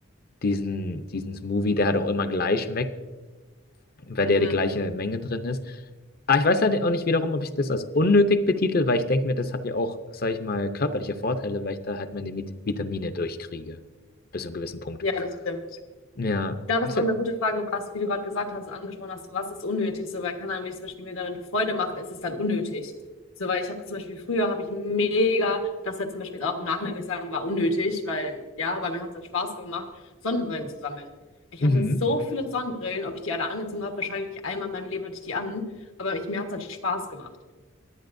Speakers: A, on the left; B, on the left.
A: diesen, diesen Smoothie, der halt auch immer gleich schmeckt weil
B: Mhm.
A: der die gleiche Menge drin ist. Aber ich weiß halt auch nicht wiederum, ob ich das als unnötig betitel, weil ich denke mir, das hat ja auch, sag ich mal, körperliche Vorteile, weil ich da halt meine Vit- Vitamine durchkriege. Bis zu einem gewissen Punkt.
B: Ja, das stimmt. Ich
A: Ja.
B: glaube,
A: Das
B: es ist
A: ist
B: auch
A: halt,
B: eine gute Frage, was, wie du gerade gesagt hast, angesprochen hast, was ist unnötig? So, weil, keine Ahnung, wenn ich zum Beispiel mir damit eine Freude mache, ist es dann unnötig. So, weil ich habe das zum Beispiel früher, habe ich mega, das jetzt zum Beispiel jetzt auch im Nachhinein würde ich sagen, war unnötig, weil, ja, weil mir hat es dann Spaß gemacht, Sonnenbrillen zu sammeln. Ich
A: mhm.
B: hatte so viele Sonnenbrillen, ob ich die alle angezogen habe, wahrscheinlich einmal in meinem Leben hatte ich die an, aber ich, mir hat es halt Spaß gemacht.